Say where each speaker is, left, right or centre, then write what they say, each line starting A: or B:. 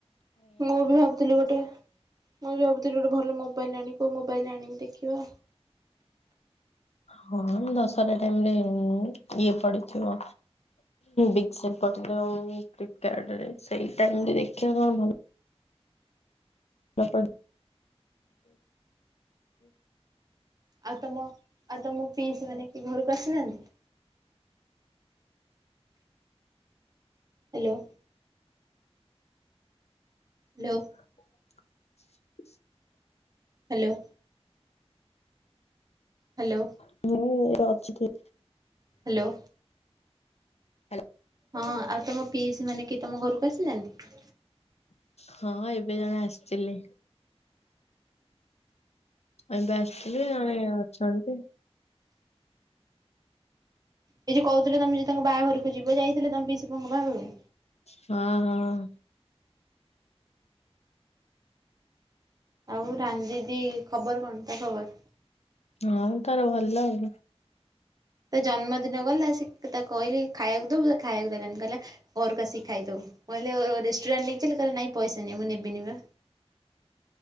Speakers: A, on the right (about 35°); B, on the left (about 75°).
A: ମୁଁ ବି ଭାବୁଥିଲି ଗୋଟେ ମୁଁ ବି ଭାବୁଥିଲି ଗୋଟେ ଭଲ ମୋବାଇଲ ଆଣିବି। କୋଉ ମୋବାଇଲ ଆଣିବି ଦେଖିବା।
B: ହଁ ଦଶହରା ଟାଇମ ରେ ଇଏ ପଡିଥିବ। ଡିକ୍ସଲ ପଡିଲେ ଫିଲପିକାଡରେ ସେଇ ଟାଇମରେ ଦେଖିବା କଣ ଭଲ <unintelligible>
A: ଆଉ ତମ ଆ ତମ ପିଇସି ମାନେ କେଇ ଘରକୁ ଆସିନାହାନ୍ତି। ହାଲୋ ଲୋ
B: <inaudible>
A: ହାଲୋ। ହାଲୋ।
B: <unintelligible>
A: ହାଲୋ।
B: ହା
A: ହଁ ଆଉ ତମ ପିଇସି ମାନେ କି ତମ ଘରକୁ ଆସିନାନ୍ତି?
B: ହଁ ଏବେ ଜଣେ ଆସଥିଲେ। ଅବିକା ଏବେ ଆସଥିଲେ ଜଣେ ଅଛନ୍ତି।
A: ଏ ଯୋଉ କହୁଥିଲେ ତମେ ଯି ତାଙ୍କ ବାହାଘରକୁ ଯିବ ଯାଇଥିଲ ତମ ପିସିସି ପୁଅ ବାହାଘରକୁ?
B: ହଁ ହଁ।
A: ଆଉ ରାଣୀ ଦିଦି ଖବର କଣ ତା ଖବର?
B: ହଁ ତାର ଭଲ ଆଉ।
A: ତା ଜନ୍ମଦିନ ଗଲା ସେ କ ତା କହିଲି ଖାଇଆକୁ ଦବୁ ଖାଇଆକୁ ଦେଲାନି କହିଲା ଘରକୁ ଆଶିକି ଖାଇଦବୁ, କହିଲ ଅଉ ରେଷ୍ଟୁରାଣ୍ଟ ନେଇ କି ଚାଲ କହିଲା ନାଇଁ ପଇସା ନାଇଁ ମୁଁ ନେବିନି ବା।